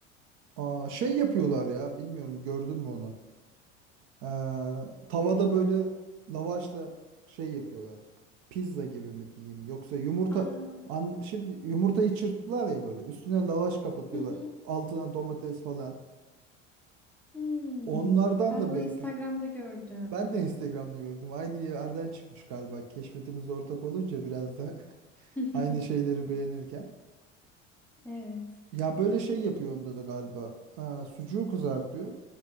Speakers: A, on the right; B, in the centre.
A: aa, şey yapıyorlar ya bilmiyorum gördün mü onu? Ee, tavada böyle lavaşla şey yapıyorlar. Pizza gibi mi diyeyim yoksa yumurta
B: Aa,
A: an, şimdi yumurtayı çırptılar ya böyle üstüne lavaş kapatıyorlar.
B: hı hı.
A: Altına domates falan.
B: Hmm.
A: Onlardan
B: Ben
A: da
B: bunu
A: belki
B: Instagram'da gördüm.
A: ben de Instagram'da gördüm. Aynı yerden çıkmış galiba. Keşfetimiz ortak olunca biraz da <laughs>
B: <laughs>
A: aynı şeyleri beğenirken.
B: Evet.
A: Ya böyle şey yapıyor onda da galiba. Ee, sucuğu kızartıyor.